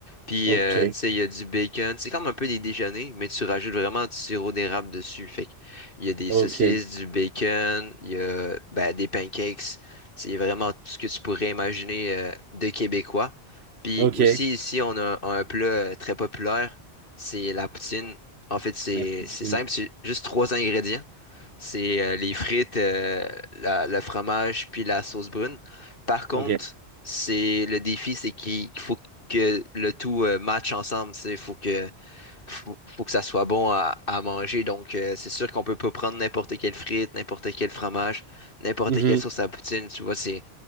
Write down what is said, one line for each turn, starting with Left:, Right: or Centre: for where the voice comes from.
Left: Puis
Right: ok,
Left: euh, tu sais, il y a du bacon. C'est comme un peu des déjeuners, mais tu rajoutes vraiment du sirop d'érable dessus. Fait que il y a des
Right: ok,
Left: saucisses, du bacon, il y a ben, des pancakes. C'est vraiment tout ce que tu pourrais imaginer euh, de québécois. Puis
Right: ok.
Left: aussi ici, on a un un plat euh, très populaire, c'est la poutine. En fait, c'est
Right: La poutine.
Left: c'est simple, c'est juste trois ingrédients. C'est euh, les frites, euh, la- le fromage, puis la sauce brune. Par contre,
Right: Ok.
Left: c'est le défi, c'est qu'il qu'il faut que le tout euh, matche ensemble. Il faut que faut, faut que ça soit bon à, à manger. Donc, euh, c'est sûr qu'on peut pas prendre n'importe quelle frite, n'importe quel fromage, n'importe
Right: Mhm.
Left: quelle sauce à poutine. Tu vois, c'est